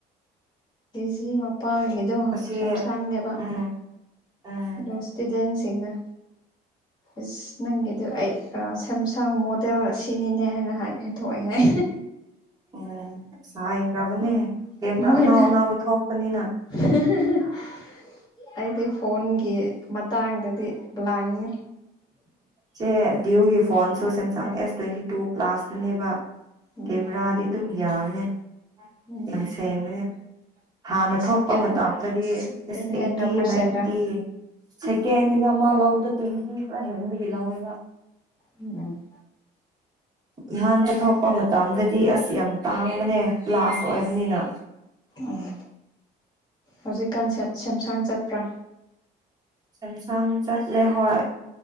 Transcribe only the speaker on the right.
ꯑꯁꯤ
ꯎꯝ ꯎꯝ
ꯎꯝ ꯆꯥꯏꯈ꯭ꯔꯕꯅꯦ
ꯀꯃꯦꯥ
ꯑꯅꯥꯎ ꯑꯅꯥꯎꯕ ꯊꯣꯛꯄꯅꯤꯅ
ꯁꯦ ꯚꯤꯌꯨꯒꯤ ꯐꯣꯟꯁꯨ ꯁꯦꯝꯁꯪ ꯑꯦꯁ ꯇ꯭ꯋꯦꯟꯇꯤ ꯇꯨ ꯀ꯭ꯂꯥꯁꯇꯨꯅꯦꯕ
ꯀꯦꯃꯦꯔꯥꯗꯤ ꯑꯗꯨꯝ ꯌꯥꯕꯅꯦ
ꯌꯥꯝ ꯁꯦꯡꯕꯅꯦ ꯍꯥꯟꯅ ꯊꯣꯛꯄ
ꯃꯇꯝꯗꯗꯤ
ꯏꯁ
ꯑꯩꯠꯇꯤ
ꯅꯥꯏꯟꯇꯤ
ꯁꯦꯀꯦꯟꯗ ꯑꯃ ꯂꯕꯗ ꯇ꯭ꯋꯦꯟꯇꯤ ꯈꯔ ꯍꯦꯟꯕꯒꯤ ꯂꯧꯥꯎꯋꯦꯕ
ꯏꯍꯥꯟꯕ ꯊꯣꯛꯄ ꯃꯇꯝꯗꯗꯤ ꯑꯁ ꯌꯥꯝ ꯇꯥꯡꯕꯅꯦ ꯂꯥꯁ ꯑꯣꯏꯕꯅꯤꯅ
ꯁꯦꯝꯁꯥꯡ ꯆꯠꯂꯦ ꯍꯣꯏ